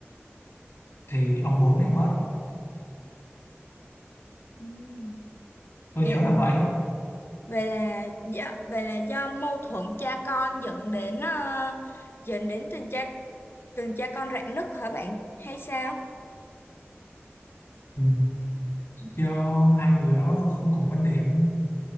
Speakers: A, on the left; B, on the left.
A: thì ông bố lại mất
B: Ừm.
A: tôi
B: Vậy
A: nhớ
B: là
A: là vậy á
B: về là do về là do mâu thuẫn cha con dẫn đến ờ, dẫn đến tình cha tình cha con rạn nứt hả bạn? Hay sao?
A: Ừ, do hai người đó không cùng quan điểm